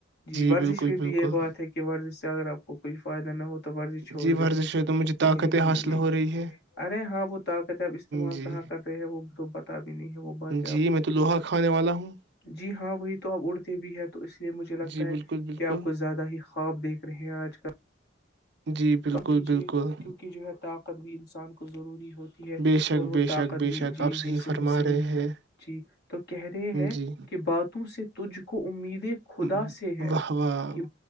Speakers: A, on the left; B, on the right.
A: جی ورزش
B: بالکل
A: پہ
B: بالکل
A: بھی یہ بات ہے کہ ورزش سے اگر آپ کو کوئی فائدہ نہ ہوتا تو ورزی چھوڑ
B: جی
A: دے
B: ورزش ہے تو مجھے طاقتیں
A: جی جی
B: حاصل
A: جی
B: ہو رہی ہے
A: ارے ہاں وہ طاقت اب استعمال
B: جی
A: کہاں کر رہے ہیں وہ تو بتا بھی نہیں ہے وہ بات ہے
B: جی
A: آپ
B: میں تو لوہا کھانے والا ہوں
A: جی ہاں وہی تو آپ اڑتے بھی ہیں تو اس لیے مجھے لگتا
B: جی
A: ہے
B: بالکل بالکل
A: کہ آپ کو زیادہ ہی خواب دیکھ رہے ہیں آج کل
B: جی بالکل
A: کم کیجیے
B: بالکل
A: کیونکہ جو ہے تق کد بھی انسان ضروری ہوتی ہے
B: بے شک
A: اور وہ
B: بے
A: طاقت
B: شک بے
A: بھی
B: شک
A: جی
B: آپ
A: جی صحیح
B: فرما
A: صحیح
B: رہے ہیں
A: جی تو کہہ رہے ہیں
B: جی
A: کہ باتوں سے تجھ کو امیدیں خدا
B: واہ
A: سے ہے
B: واہ
A: کہ